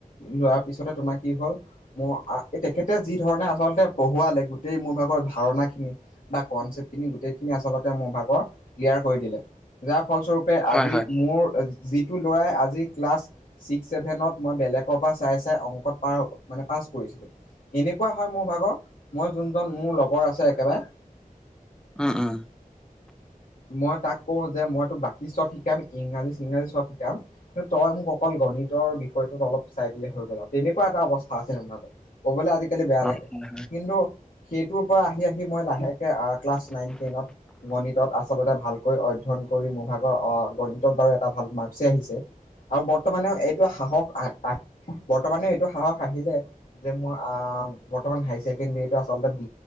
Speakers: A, on the left; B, in the centre.
A: লোৱাৰ পিছতে তোমাৰ কি হ'ল মোৰ আ তেখেতে যি ধৰণে আচলতে পঢ়ুৱালে গোটেই মোৰ ভাগৰ ধাৰণা খিনি বা কনচেপ্টখিনি গোটেই খিনি আচলতে মোৰ ভাগৰ ক্লিয়াৰ কৰি দিলে, যাৰ ফলস্বৰূপে
B: হয়
A: আজি
B: হয়,
A: মোৰ যিটো ল'ৰাই আজি ক্লাছ ছিক্স ছেভেনত মই বেলেগৰ পৰা চাই, চাই অংকত মানে পাছ কৰিছিলোঁ। এনেকুৱা হয় মোৰ ভাগৰ, মই যোনজন মোৰ লগৰ আছে একেবাৰে
B: উম, উম।
A: মই তাক কওঁ যে মই তোক বাকী চব শিকাম, ইংৰাজী-চিংৰাজী চব শিকাম, কিন্তু তই মোক অকল গণিতৰ বিষয়টোত অলপ চাই দিলে হৈ গ'ল আৰু। তেনেকুৱা এটা অৱস্থা আছিল মোৰ ভাগৰ। ক'বলৈ আজিকালি বেয়া
B: হয়
A: লাগে,
B: হয়,
A: কিন্তু সেইটোৰ পৰা আহি, আহি মই লাহে ক্লাছ নাইন, টেনত গণিত আচলতে ভালকৈ অধ্যয়ন কৰি, মোৰ ভাগৰ অ' গণিতত বাৰু এটা ভাল মাৰ্কচে আহিছে। আৰু বৰ্তমানেও এইটো সাহস আহ, আহ বৰ্তমানেও এইটো সাহস আহিলে যে মোৰ, বৰ্তমান হাইছেকেণ্ডৰীটো আচলতে,